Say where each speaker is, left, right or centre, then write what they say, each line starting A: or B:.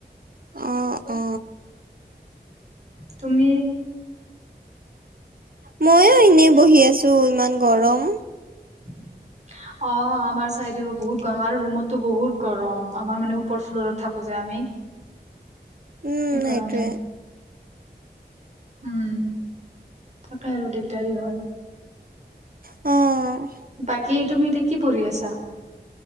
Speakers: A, on the right; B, on the right.
A: অ অ
B: তুমি'?
A: ময়ো এনে বহি আছো ইমান গৰম।
B: অ, আমাৰ চাইদেউ বহুত গৰম, আৰু ৰুমতটো বহুত গৰম আমাৰ মানে। ওপৰ্ল'ৰত থাকোঁ যে আমি
A: উম
B: সেইকাৰনে।
A: সেইটোয়ে
B: উম, তাকে আৰু দিগদাৰি হয়।
A: অ'।
B: বাকী তুমি এতিয়া কি পঢ়ি আছা?